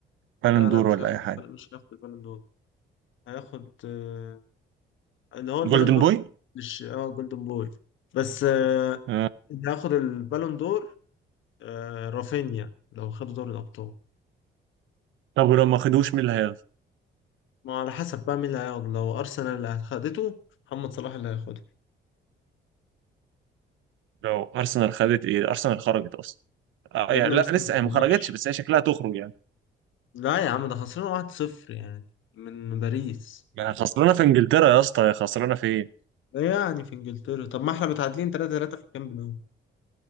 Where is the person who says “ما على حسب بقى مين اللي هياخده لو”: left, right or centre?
Left